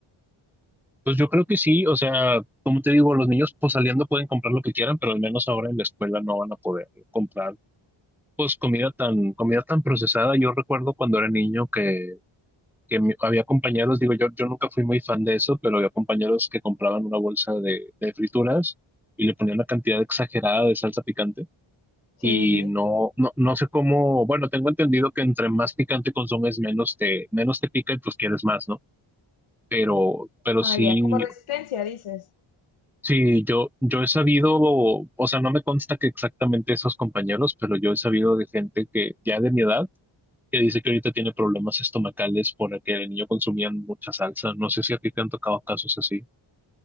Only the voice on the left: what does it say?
Sí, sí.
Ah,
ya, como resistencia, dices.